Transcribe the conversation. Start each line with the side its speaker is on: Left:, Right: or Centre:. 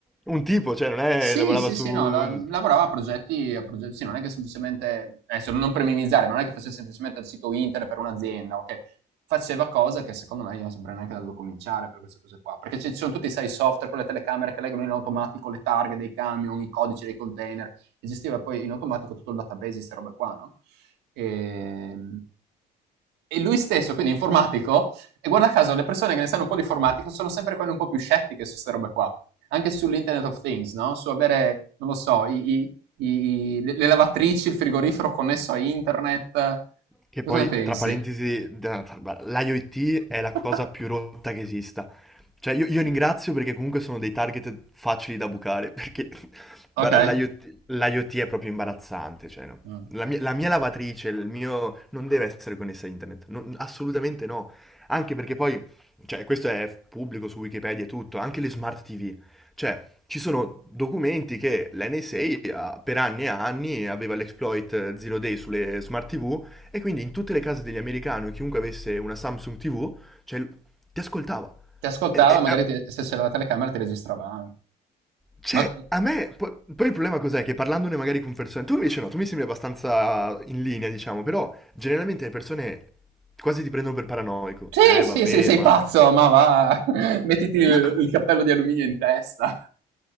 Centre: Un tipo, cioè non è
Right: Sì,
Centre: lavorava
Right: sì,
Centre: su...
Right: sì, no, la lavorava a progetti a progetti sì, non è che semplicemente adesso non per minimizzare, ma non è che fosse semplicemente il sito internet per un'azienda, okay, faceva cose che secondo me io non saprei neanche da dove cominciare per queste cose qua, perché ci sono tutti sai, i software con le telecamere che leggono in automatico le targhe dei camion, i codici dei container e gestiva poi in automatico tutto il database di 'ste robe qua, no, ehm, e lui stesso, quindi informatico e guarda caso le persone che ne sanno un po' di informatica sono sempre quelle un po' più scettiche su 'ste robe qua anche sull'Internet of Things, no? Su avere, non lo so, i, i, i, le lavatrici, il frigorifero connesso a internet.
Centre: Che
Right: Cosa
Centre: poi,
Right: ne pensi?
Centre: tra parentesi, da- tra- l'IoT è
Right: <laughs>
Centre: la cosa più rotta che esista. Cioè, io, io ringrazio perché comunque sono dei target facili da bucare, perché, <laughs>
Right: ok.
Centre: guarda, l'IoT, l'IoT è proprio imbarazzante, cioè, no.
Right: Mm.
Centre: La mia, la mia lavatrice, il mio... non deve essere connessa a internet, non- assolutamente no. Anche perché poi, cioè, questo è pubblico su Wikipedia e tutto, anche le smart TV. Cioè, ci sono documenti che l'NSA per anni e anni aveva l'exploit eh, Zero Day sulle smart TV e quindi in tutte le case degli americani, chiunque avesse una Samsung TV, cioè, ti ascoltava.
Right: Ti ascoltava,
Centre: E- e-
Right: magari
Centre: a-
Right: ti- se c'era la telecamera ti registrava anche.
Centre: cioè,
Right: Ma
Centre: a me, po- poi il problema cos'è? Che parlandone magari con persone, tu invece no, tu mi sembri abbastanza in linea, diciamo, però generalmente le persone quasi ti prendono per paranoico.
Right: Sì,
Centre: Eh,
Right: sì,
Centre: vabbè,
Right: sì, sei
Centre: ma...
Right: pazzo, ma va, <laughs> mettiti il
Centre: Ma... co-
Right: il cappello di alluminio in testa.